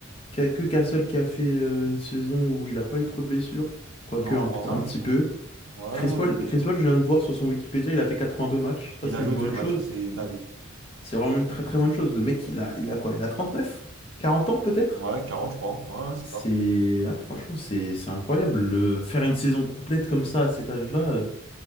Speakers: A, on the left; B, on the right.
A: qu'il y a que Castle qui a fait euh, une saison où il n'a pas eu trop de blessures, quoique
B: non,
A: un,
B: je crois,
A: p- un petit
B: ouais, je crois.
A: peu.
B: Ouais,
A: Chris
B: ouais,
A: Paul,
B: non, mais
A: Chris
B: euh,
A: Paul, je viens de voir sur son Wikipédia, il a fait 82 matchs. Ça,
B: il
A: c'est
B: a joué
A: une bonne
B: tous les matchs,
A: chose.
B: c'est une dinguerie.
A: C'est vraiment une très très bonne chose. Le mec, il a, il a quoi? Il a 39? 40 ans peut-être?
B: Ouais, 40, je crois, hein. ouais, ouais, c'est
A: C'est,
B: ça.
A: ah, franchement, c'est, c'est incroyable. Le- faire une saison complète comme ça à cet âge-là, euh,